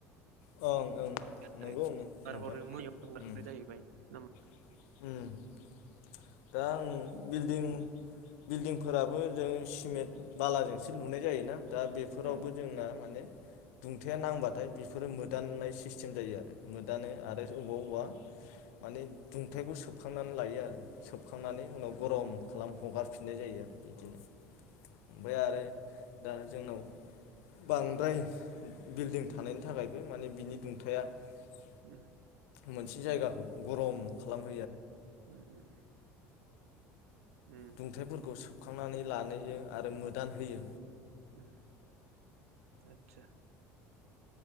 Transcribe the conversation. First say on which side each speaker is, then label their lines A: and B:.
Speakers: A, on the left; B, on the right.
A: ओं ओं
B: आरो
A: नंगौ
B: हगार
A: नोंथां
B: हरो मैयाव हगारो
A: उम
B: जाहैबाय नामा
A: <inaudible> <inaudible> <inaudible> <inaudible>
B: उम
A: <inaudible> <inaudible> <inaudible> <inaudible> <inaudible>
B: उ
A: मोनसे जायगाखौ गरम <inaudible> <inaudible> <inaudible> <inaudible>
B: उम उम उम
A: खुंखांनानै लानायजों आरो मोदान होयो
B: उम आदसा